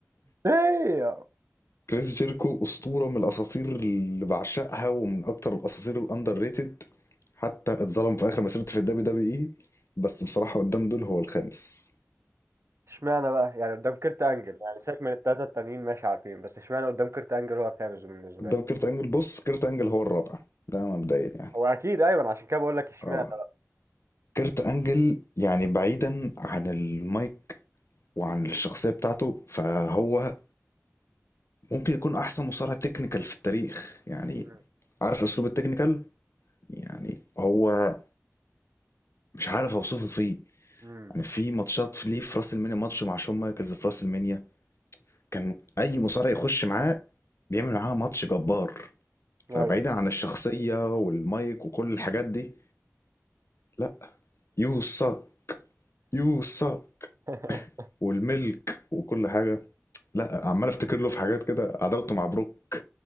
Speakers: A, on the right; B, on the left.
A: ايه
B: كريس جيركو أسطورة من الأساطير اللي بعشقها ومن أكتر الأساطير الأندر ريتد حتى اتظلم في آخر مسيرته في الدبليو دبليو إي بس بصراحة قدام دول هو الخامس
A: اشمعنى بقى يعني قدام كيرت انجل يعني سيبك من التلاتة التانيين ماشي عارفين بس اشمعنى قدام كيرت انجل هو الخامس بالنسبة
B: قدام
A: لك
B: كيرت أنجل بص كيرت أنجل هو الرابع ده مبدئيا يعني
A: هو اكيد ايوه أنا عشان كده بقول لك اشمعنى
B: آه كيرت أنجل يعني بعيدا عن المايك وعن الشخصية بتاعته فهو ممكن يكون أحسن مصارع تكنيكال في التاريخ يعني
A: مم.
B: عارف أسلوب التكنيكال يعني هو مش عارف أوصفه فيه
A: مم.
B: يعني في ماتشات ليه في راس المنيا ماتش مع شون مايكلز في راس المنيا كان اي مصارع يخش معاه بيعمل معاه ماتش جبار فبعيدا
A: ايوه
B: عن الشخصية والمايك وكل الحاجات دي لا يو ساك يو ساك
A: <laughs>
B: والملك وكل حاجة لا عمال افتكر له في حاجات كده عداوته مع بروك